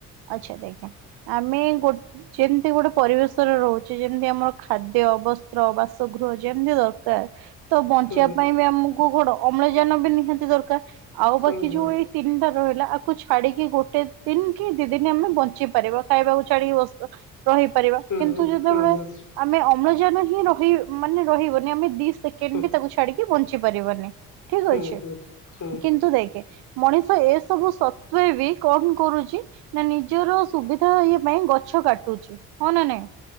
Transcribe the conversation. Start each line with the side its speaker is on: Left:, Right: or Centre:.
Right: ଆଚ୍ଛା ଦେଖେ ଆମେ ଗୋ ଯେମିତି ଗୋଟେ ପରିବେଶରେ ରହୁଛି ଯେମିତି ଆମର ଖାଦ୍ୟ ବସ୍ତ୍ର ବାସଗୃହ ଯେମିତି ଦର କାର୍ ତ ବଞ୍ଚିବା
Left: ହୁଁ
Right: ପାଇଁ ବି ଆମକୁ ଘଡ଼ ଅମ୍ଳଜାନ ବି ନିହାତି ଦରକାର ଆଉ
Left: ହୁଁ
Right: ବାକି
Left: ହୁଁ
Right: ଯୋଉ ଏଇ ତିନିଟା ରହିଲା ଆକୁ ଛାଡ଼ିକି ଗୋଟେ ଦିନ୍ କି ଦି ଦିନି ଆମେ ବଞ୍ଚିପାରିବା ଖାଇବାକୁ ଛଡ଼ିକି ବସ ରହି ପାରିବା
Left: ହୁଁ
Right: କିନ୍ତୁ
Left: ହୁଁ
Right: ଯେତେବେଳେ
Left: ହୁଁ
Right: ଆମେ ଅ ଅମ୍ଳଜାନ ହିଁ ରହି ମାନେ ରହିବନି ଆମେ ଦି ସେକେଣ୍ଡ
Left: ହୁଁ
Right: ବି ତାକୁ ଛାଡ଼ିକି ବଞ୍ଚି ପାରିବନି। ଠିକ୍
Left: ହୁଁ
Right: ଅଛି
Left: ହୁଁ ହୁଁ
Right: କିନ୍ତୁ ଦେଖେ ମଣିଷ ଏ ସବୁ ସତ୍ଵେ ବି କଣ କରୁଛି? ନା ନିଜର ସୁବିଧା ଇଏ ପାଇଁ ଗଛ କାଟୁଛି ହଁ ନା ନାଇଁ